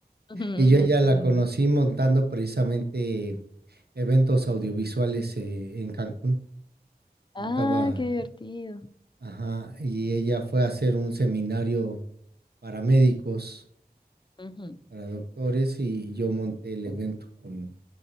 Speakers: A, on the left; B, on the right.
A: <laughs>
B: Y yo
A: No
B: ya
A: entendí.
B: la conocí montando precisamente eventos audiovisuales eh, en Cancún.
A: Ah,
B: Montaba,
A: qué divertido.
B: ajá, y ella fue a hacer un seminario para médicos,
A: Ujú.
B: para doctores, y yo monté el evento con